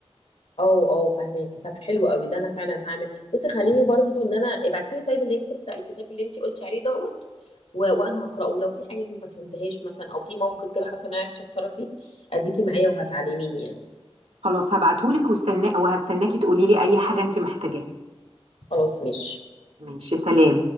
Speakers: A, on the left (about 75°); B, on the right (about 80°).
A: اه اه فاهمك طب حلو قوي ده انا فعلا هعمل بصي خليني برضو ان انا ابعتي لي طيب اللينك بتاع الكتاب اللي انت قلتي عليه دوت و... وانا هقراه ولو في حاجه ما فهمتهاش مثلا او في موقف كده حصل ما عرفتش اتصرف فيه اديكي معايا وهتعلميني يعني
B: خلاص هبعتهولك واستنا... وهستناكي تقولي لي أي حاجة أنتي محتاجاها
A: خلاص ماشي
B: ماشي سلام